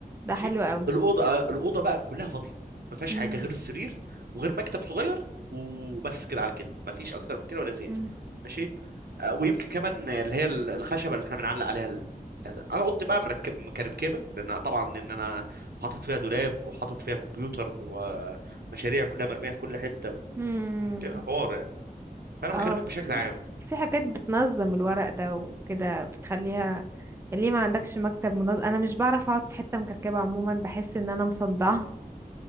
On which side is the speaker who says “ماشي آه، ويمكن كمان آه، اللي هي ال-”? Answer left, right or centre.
Right